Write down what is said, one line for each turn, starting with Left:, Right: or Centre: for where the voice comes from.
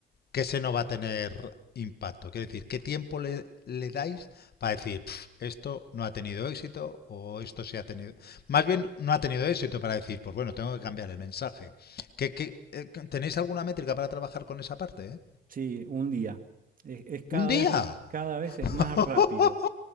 Left: que ese no va a tener impacto. Quiero decir, ¿qué tiempo le, le dais para decir esto no ha tenido éxito o esto sí ha tenido? Más bien, no ha tenido éxito para decir, pues bueno, tengo que cambiar el mensaje. ¿Qué, qué- eh, tenéis alguna métrica para trabajar con esa parte? eh?
Right: Sí, un día. Es, es cada
Left: ¿Un día?
Right: vez, cada vez es
Left: <laughs>
Right: más rápido.